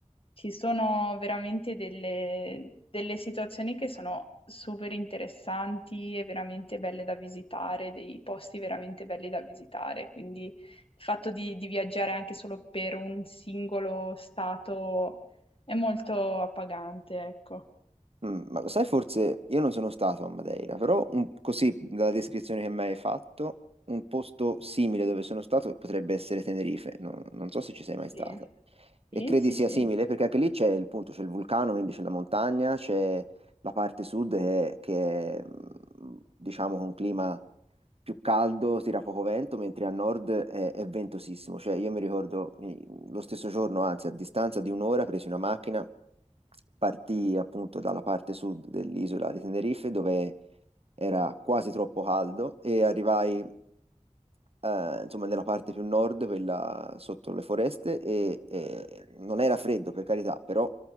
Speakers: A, on the left; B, on the right.
A: ci sono veramente delle, delle situazioni che sono super interessanti e veramente belle da visitare, dei posti veramente belli da visitare. Quindi il fatto di, di viaggiare anche solo per un singolo stato è molto appagante, ecco.
B: Mm, ma lo sai, forse io non sono stato a Madeira, però un- così dalla descrizione che mi hai fatto, un posto simile dove sono stato potrebbe essere Tenerife, non, non so se ci sei mai stata.
A: Sì.
B: E
A: Sì,
B: credi
A: sì,
B: sia
A: sì,
B: simile perché anche lì c'è il punto, c'è il vulcano, quindi c'è la montagna, c'è la parte sud che, che è, mm, diciamo, con un clima più caldo, tira poco vento, mentre a nord è, è ventosissimo. Cioè, io mi ricordo eh, lo stesso giorno, anzi, a distanza di un'ora, presi una macchina, partii appunto dalla parte sud dell'isola di Tenerife, dove era quasi troppo caldo, e arrivai, eh, insomma, nella parte più nord, quella sotto le foreste, e, e non era freddo, per carità, però